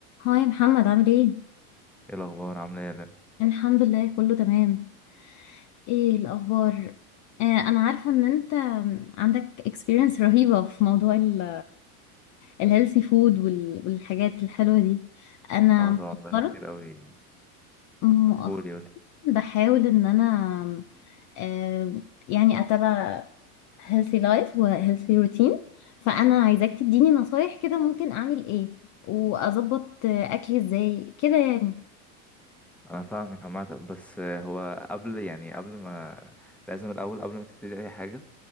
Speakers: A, on the left; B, in the centre.
A: هاي محمد عامل ايه؟
B: ايه الاخبار عامله ايه يا لأ؟
A: الحمد لله كله تمام ايه الأخبار؟ آه أنا عارفة إن أنت عندك experience رهيبة في موضوع ال الهيلثي فود والحاجات الحلوة دي أنا
B: اه طبعا
A: مؤخرا
B: بقالي كتير قوي
A: مؤخرا
B: قولي قولي
A: بحاول إن أنا آه يعني أتابع healthy life و healthy routine فأنا عايزاك تديني نصايح كده ممكن أعمل ايه وأظبط أكلي ازاي كده يعني
B: انا فاهمك عامه بس آه، هو قبل يعني قبل ما لازم الاول قبل ما تبتدي اي حاجه